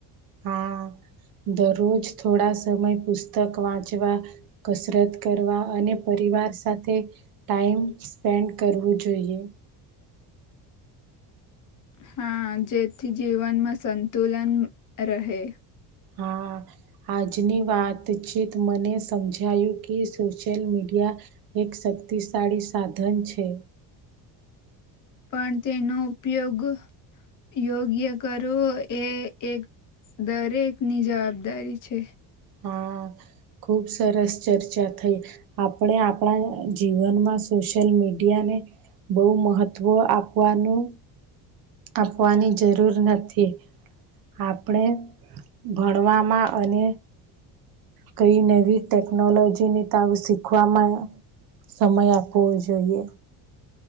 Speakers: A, on the right; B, on the left.
A: હા દરરોજ થોડા સમય પુસ્તક વાંચવા કસરત કરવા અને પરિવાર સાથે ટાઈમ સ્પેન્ડ કરવું જોઈએ.
B: હા જેથી જીવનમાં સંતુલન રહે.
A: હા આજની વાતચીત મને સમજાયું કે સોશિયલ મીડિયા એક શક્તિશાળી સાધન છે.
B: પણ તેનો ઉપયોગ યોગ્ય કરો એ એક દરેકની જવાબદારી છે.
A: હા <unintelligible> ખુબ સરસ ચર્ચા થઈ આપણે આપણા જીવનમાં સોશિયલ, મીડિયાને બહુ મહત્વ આપવાનું. આપવાની જરૂર નથી. આપણે ભણવામાં અને કઈ નવી ટેકનોલોજી ને તો આવું શીખવા મળે સમય આપવો જોઈએ.